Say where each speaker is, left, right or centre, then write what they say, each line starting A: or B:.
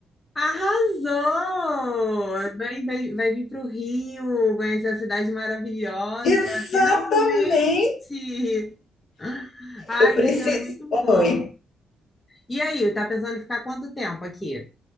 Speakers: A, on the left; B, on the left.
A: Arrasou! Vai, vai, vai vir para o Rio, conhecer a cidade maravilhosa,
B: Exatamente.
A: finalmente! Ai,
B: Eu preciso.
A: isso é muito bom!
B: Oi.
A: E aí, tá pensando em ficar quanto tempo aqui?